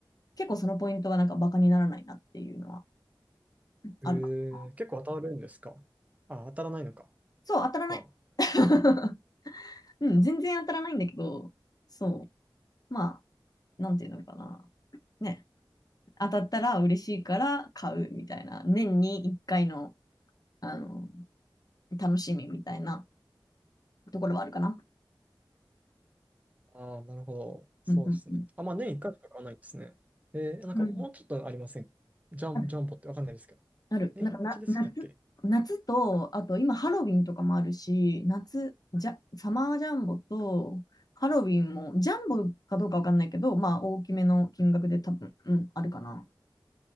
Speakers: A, on the left (about 45°); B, on the right (about 15°).
A: 結構そのポイントはなんかバカにならないなっていうのはあるかな。
B: ええ、結構当たるんですかあ、当たらないのか。
A: そう、当たらない。
B: ま
A: <laughs> うん、全然当たらないんだけど、そう。まあ、なんていうのかな。ね。当たったら嬉しいから買うみたいな、年に1回の、あの、楽しみみたいなところはあるかな。
B: あ。ああ、なるほど。そうですね。
A: うんうんうん。
B: あ、まあ年1回しか買わないんですね。えー、なんかもうちょっとありませんかジャン、
A: うんある。
B: ジャンボってわかんないですけど。
A: あるなんかな、
B: 年1でしたっけ
A: 夏、夏と、あと今ハロウィンとかもあるし、夏、じゃ、サマージャンボと、ハロウィンも、ジャンボかどうかわかんないけど、まあ大きめの金額で多分、うん、あるかな。